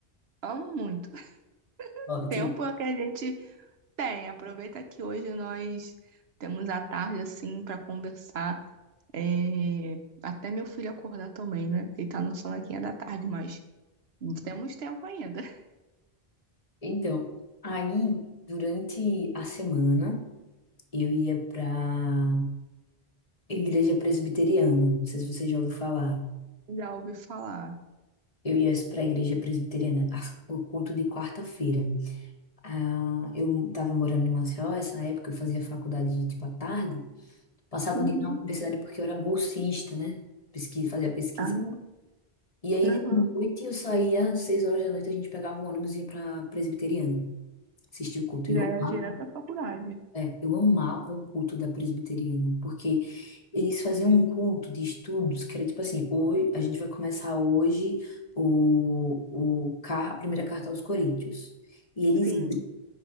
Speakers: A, on the right; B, on the left.
A: amo muito. <laughs>
B: Ótimo.
A: Tempo é que a gente Tem, aproveita que hoje nós temos a tarde assim para conversar. é, Até meu filho acordar também, né? ele tá no sonequinha da tarde, mas temos tempo ainda. <laughs>
B: Então, aí, durante a semana, eu ia pra igreja presbiteriana. Não sei se você já ouviu falar.
A: Já ouvi falar.
B: Eu ia pra igreja presbiteriana, as- o culto de quarta-feira. Ah, eu tava morando em Maceió, essa época eu fazia faculdade, tipo, à tarde. Passava
A: Uhum.
B: o dia na universidade porque eu era bolsista, né? Pesquisa, fazia pesquisa.
A: Ah,
B: E aí,
A: uhum.
B: à noite, eu saía, às seis horas da noite, a gente pegava o ônibus e ia pra presbiteriana. Assistir o culto.
A: Já
B: E eu
A: é
B: amava
A: direto à faculdade.
B: É, eu amava o culto da presbiteriana, porque eles faziam um culto de estudos que era tipo assim, hoje, a gente vai começar hoje o, o, car- a primeira carta aos Coríntios. E eles,
A: Sim,
B: iam